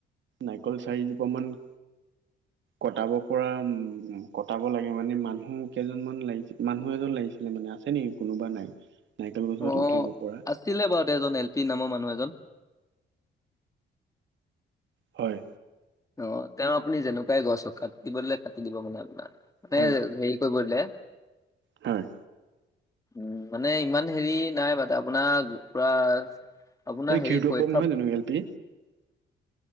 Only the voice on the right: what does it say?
নাৰিকল চাৰিজোপা মান
কটাব পৰা উম, কটাব লাগে মানে মানুহ কেইজনমান লাগিছিল মানুহ এজন লাগিছিলে মানে আছে নিকি কোনোবা নাই? নাৰিকল গছত
উঠিব পৰা
হয়।
হয়
হয়।
এই
ক্ষীৰোদৰ
পক নহয় জানো এল পি